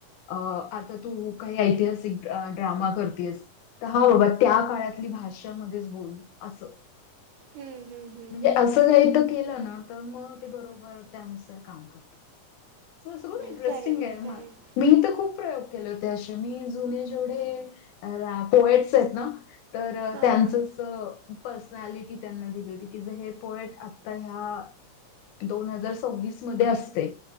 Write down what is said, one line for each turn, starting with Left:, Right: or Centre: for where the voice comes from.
Left: अ, आता तू काही ऐतिहासिक ड्रामा करतेस. तर हा बाबा त्या काळातली भाषामध्येच बोल असं.
Right: हम्म, हम्म, हम्म.
Left: म्हणजे असं काही तर केलं ना, तर मग ते बरोबर त्याच काम. खूप
Right: नाही
Left: इंटरेस्टिंग
Right: करेन ना
Left: हाय
Right: करेन
Left: मी तर खूप प्रयोग केले होते, अशे मी जुने जेवढे पोएट्स आहेत ना. तर
Right: हां
Left: त्यांचंच.
Right: हां
Left: प्रसनॅलिटी त्यांना दिली होती. कि पोएम आता ह्या दोन हजार सव्वीस मध्ये असते,